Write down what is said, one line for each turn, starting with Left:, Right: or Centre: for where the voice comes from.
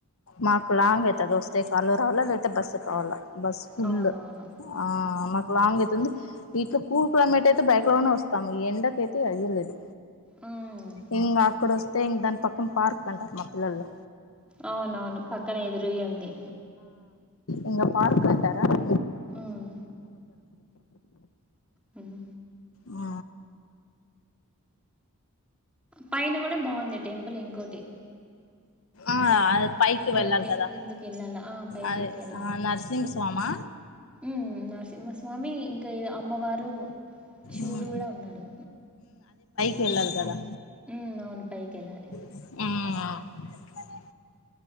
Left: మాకు లాంగ్ అయితది వస్తే కార్లో రావాలా లేకపోతే బస్సుక్ రావాలా బస్ ఫుల్
Centre: అవునవును.
Left: ఆ
Centre: హ్మ్.
Left: మాకు లాంగ్ అయితుంది. ఇటు కూల్ క్లైమేట్ అయితే బైక్లోనే వస్తాము ఈ ఎండకైతే అయ్యలేదు.
Centre: హ్మ్.
Left: ఇంగ అక్కడొస్తే దాన్ పక్కన పార్క్ అంటారు మా పిల్లలు
Centre: అవునవును పక్కన ఎదురై ఉంది.
Left: ఇంగ పార్క్ అంటారా <inaudible>
Centre: హ్మ్. హ్మ్.
Left: ఆ
Centre: పైన గుడా బాగుంది టెంపుల్ ఇంకోటి
Left: ఆ పైకి
Centre: అలాగే
Left: వెళ్ళాల్ కదా
Centre: ముందుకెళ్ళాల. ఆ! పైకెక్కెళ్ళాలి.
Left: అదే ఆ నరససింగ్ స్వామా
Centre: హ్మ్. నరసింహస్వామి ఇంక ఈ అమ్మవారు శివుడు
Left: ఉమ్
Centre: గుడా ఉన్నాడా
Left: కెల్లాల్ కదా
Centre: మ్ అవును పైకెళ్ళాలి.
Left: మ్ అ